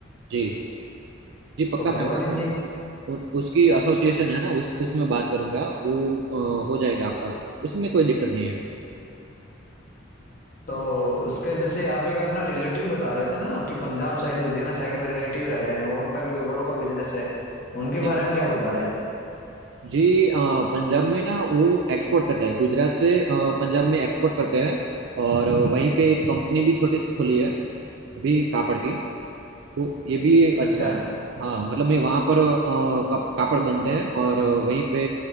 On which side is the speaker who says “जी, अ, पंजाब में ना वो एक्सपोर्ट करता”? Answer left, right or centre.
Right